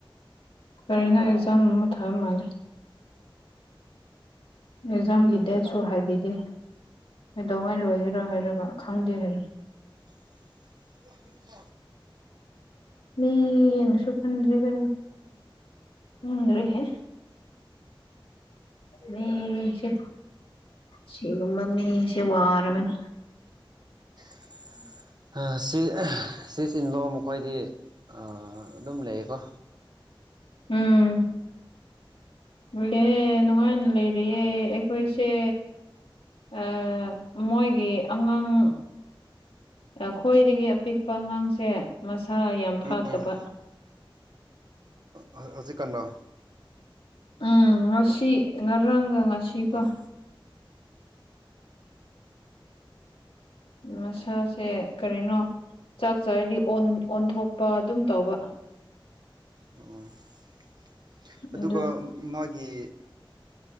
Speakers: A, on the left; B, on the right.
A: ꯀꯔꯤꯅꯣ ꯑꯦꯛꯖꯥꯝ ꯑꯃ ꯊꯥꯕ ꯃꯥꯜꯂꯦ ꯑꯦꯖꯥꯝꯒꯤ ꯗꯦꯠꯁꯨ ꯍꯥꯏꯕꯤꯗꯦ ꯀꯩꯗꯧꯉꯩ ꯂꯣꯏꯒꯦꯔꯥ ꯍꯥꯏꯔꯒ ꯈꯪꯗꯦ ꯍꯥꯏꯔ
B: ꯂꯦ <inaudible>
A: ꯄꯤꯒꯦꯅꯁꯨ ꯈꯟꯗ꯭ꯔꯦꯗ ꯑꯩ ꯈꯪꯗ꯭ꯔꯦꯍꯦ ꯃꯤꯁꯦ ꯁꯤꯒꯨꯝꯕ ꯃꯤꯁꯦ ꯋꯥꯔꯕꯅꯦ
B: <inaudible> ꯑ ꯁꯤ ꯑꯥ ꯁꯤ ꯆꯤꯂꯣ ꯃꯈꯣꯏꯗꯤ ꯑꯥ ꯑꯗꯨꯝ ꯂꯩꯌꯦꯀꯣ
A: ꯎꯝ ꯂꯦ ꯅꯨꯡꯉꯥꯏꯅ ꯂꯩꯔꯤꯌꯦ ꯑꯩꯈꯣꯏꯁꯦ ꯑꯥ ꯃꯣꯏꯒꯤ ꯑꯉꯥꯡ ꯑꯩꯈꯣꯏꯗꯒꯤ ꯑꯄꯤꯛꯄ ꯑꯉꯥꯡꯁꯦ ꯃꯁꯥ ꯌꯥꯝ ꯐꯠꯇꯕ꯫
B: ꯎꯝ ꯍꯧ ꯍꯧꯖꯤꯛꯀꯥꯟ ꯂꯣ꯫
A: ꯎꯝ ꯉꯁꯤ ꯉꯔꯥꯡꯒ ꯉꯁꯤꯒ
B: ꯑꯥ
A: ꯃꯁꯥꯁꯦ ꯀꯔꯤꯅꯣ ꯆꯥꯛ ꯆꯥꯔꯗꯤ ꯑꯣꯟ ꯑꯣꯟꯊꯣꯛꯄ ꯑꯗꯨꯝ ꯇꯧꯕ꯫
B: ꯑꯣ꯫ <inaudible> ꯑꯗꯨꯒ
A: ꯑꯗꯨ
B: ꯃꯥꯒꯤ